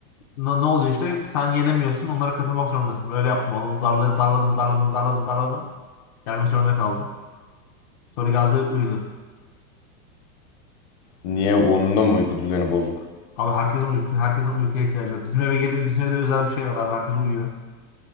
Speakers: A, on the left (about 35°); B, on the left (about 50°).
A: Ne, ne oluyor işte? Sen yenemiyorsun. Onlara katılmak zorundasın. Öyle yaptım. Adamı darladım, darladım, darladım, darladım, darladım. Gelmek zorunda kaldı. Sonra geldi uyudu.
B: Niye onun da mı uyku düzeni bozuk?
A: Abi herkesin uyku, herkesin uykuya ihtiyacı var. Bizim eve gelin, bizim evde özel bir şey var abi. Herkes uyuyor.